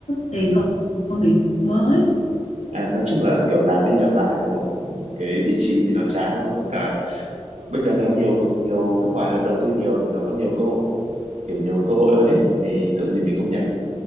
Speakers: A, on the left (about 85°); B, on the right (about 80°).
A: tiền công, công việc mới
B: À, nói chung là kiểu làm đi làm lại một cái vị trí thì nó chán thôi với cả bây giờ nó nhiều nhiều nước ngoài nó đầu tư nhiều thì nó có nhiều cơ kiểu nhiều cơ hội hơn ấy thì tội gì mình không nhảy